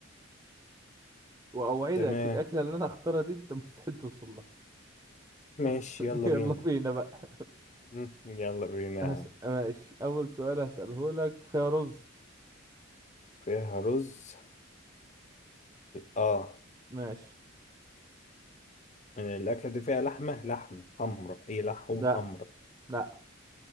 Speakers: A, on the right; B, on the left.
A: واوعدك
B: تمام
A: الاكله اللي انا اختارها دي انت مستحيل توصل لها
B: ماشي
A: <laughs>
B: يلا
A: يلا
B: بينا
A: بينا بقى
B: مم، يلا بينا
A: هس...
B: يا عم.
A: ماشي اول سؤال هسأله لك فيها رز
B: فيها رز اه
A: ماشي
B: الاكله دي فيها لحمه لحمه حمراء هي لحوم
A: لا
B: حمراء
A: لا